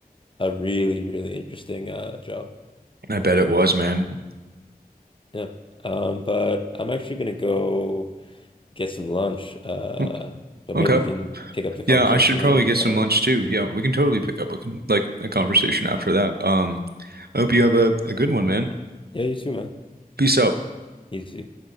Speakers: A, on the left; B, on the right.
A: a really, really interesting uh, job.
B: I bet it was, man.
A: Yeah. Um, but I'm actually gonna go get some lunch. Uh,
B: Oh,
A: but
B: Okay.
A: maybe we can pick up the conversation
B: Yeah, I should probably
A: later.
B: get some
A: I don't
B: lunch
A: know.
B: too. Yeah, we can totally pick up a, con- like a conversation after that. Um, I hope you have a, a good one, man.
A: Yeah, you too, man.
B: Peace out.
A: Easy.